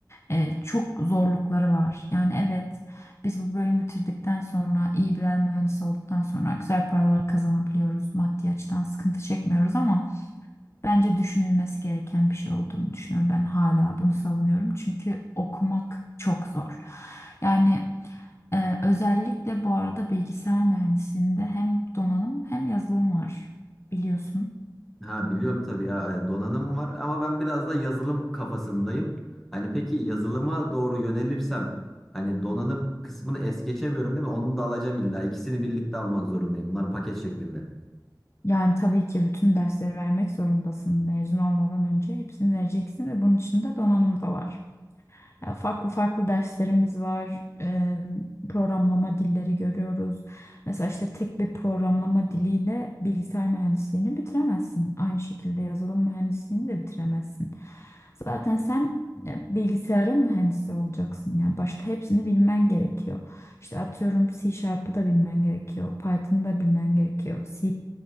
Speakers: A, on the left (about 40°); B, in the centre.
A: e, çok zorlukları var. Yani evet biz bu bölümü bitirdikten sonra iyi birer mühendis olduktan sonra güzel paralar kazanabiliyoruz. Maddi açıdan sıkıntı çekmiyoruz ama Bence düşünülmesi gereken bir şey olduğunu düşünüyorum. Ben hala bunu savunuyorum. Çünkü okumak çok zor. Yani e, özellikle bu arada bilgisayar mühendisliğinde hem donanım hem yazılım var biliyorsun.
B: Ha biliyorum tabii ya e, donanım var ama ben biraz da yazılım kafasındayım. Hani peki yazılıma doğru yönelirsem hani donanım kısmını es geçemiyorum değil mi? Onu da alacağım illa. İkisini birlikte almak zorundayım. Bunlar paket şeklinde.
A: Yani tabii ki bütün dersleri vermek zorundasın. Mezun olmadan önce hepsini vereceksin ve bunun içinde donanım da var. Yani farklı farklı derslerimiz var. Eee, programlama dilleri görüyoruz. Mesela işte tek bir programlama diliyle bilgisayar mühendisliğini bitiremezsin. Aynı şekilde yazılım mühendisliğini de bitiremezsin. Zaten sen e, bilgisayarın mühendisi olacaksın. Yani başta hepsini bilmen gerekiyor. İşte atıyorum C Sharp'ı da bilmen gerekiyor. Python'ı da bilmen gerekiyor. C++,